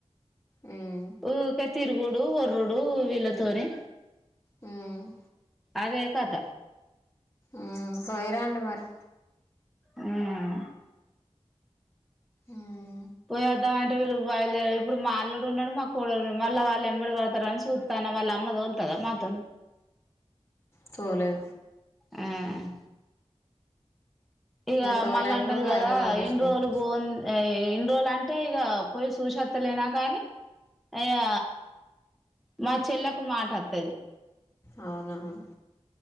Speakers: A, on the left; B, in the centre.
A: మ్మ్
B: ఊకే తిరుగుడు వొర్రుడు వీళ్ళ తోని
A: హ్మ్
B: అదే కథ
A: ఉమ్ పోయ్ రాండి మరి
B: ఉమ్
A: ఉమ్
B: పోయా ద్దాం అంటే వీళ్ళు బయలుదేర్లె ఇప్పుడు మాఅల్లుడు ఉన్నడు మా కోడ ఉంది మళ్ళ వాళ్ళెంబడి పోతరని చూస్తాన మళ్ళ అమ్మ దోల్తదా నాతోని
A: తోలదు
B: ఉమ్ ఇగ
A: తోలేదు
B: మళ్ళా అంటది గదా
A: అదో డిస్టబెన్స్
B: ఇన్ని రోజులు పో ఇన్ని రోజులు అంటే ఇగ పోయి సూసొత్తలేనా కానీ అయ్యా మా చెల్లకు మాట వత్తది
A: అవునవును